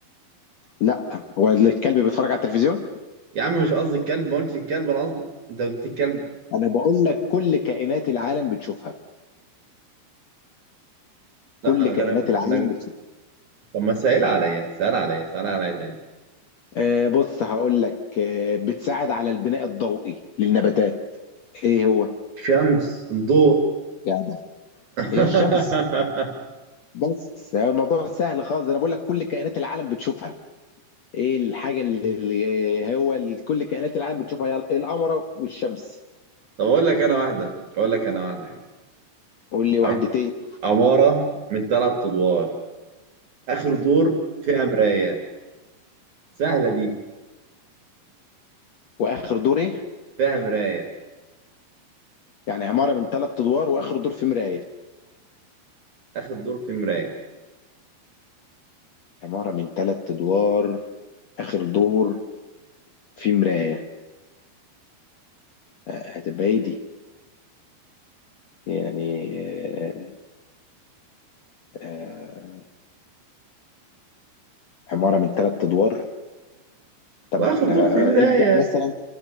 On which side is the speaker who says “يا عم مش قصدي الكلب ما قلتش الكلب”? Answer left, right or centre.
Right